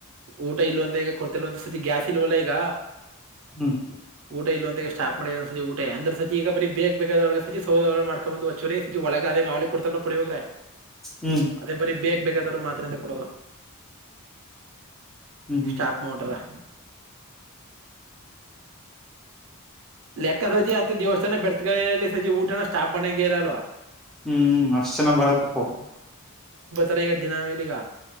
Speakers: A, on the right (about 65°); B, in the centre.
A: ಊಟ ಇಲ್ವ ಅಂತ ಈಗ ಕೊಡ್ತಿಲ್ವ ಅಂತ ಸತಿ ಗ್ಯಾಸ್ ಇಲ್ವಲ್ಲ ಈಗ
B: ಹ್ಮ್
A: ಊಟ ಇಲ್ಲ ಅಂತ ಸ್ಟಾಪ್ ಮಾಡ ಸ ಊಟ ಅಂದ್ರ ಸಚ ಈಗ ಬೇ ಬೇೇಕಾದ ಸೌದಿ ಒಲೆ ಮೇಲೆ ಮಾಡಕೊಂಡ ಸಿ ಒಳಗೆ ಅದೇ ಮಾಲಿ ಕೊಡ್ತಲ್ಲ ಪುಳಿ ಹೋಗ್ರೆ
B: ಹ್ಮ್
A: ಅದೇ ಬರೀ ಬೇಗ ಬೇೇಕಾದವರು ಮಾತ್ರಿಯಂತೇ ಕೊಡೋದು
B: ಹ್ಮ್ ಹ್ಮ್
A: ಸ್ಟಾಪ್ ಮಾಡಬಿಟ್ಟವ್ರೆ ಲೆಕ್ಕ ಸಜಿ ಅಂತ ದೇವಸ್ಥಾನ ಬೆಡತಕಲ್ಲಿ ಸಜಿ ಊಟನ ಸ್ಟಾಪ್ ಮಾಡಂಗ ಇರಲ್ವಾ
B: ಹ್ಮ್ ಅಷ್ಟ್ ಜನ ಬರತ್ತಪ್ಪು
A: ಇರ ಈಗ ದಿನ ಮೇಲಿ ಈಗ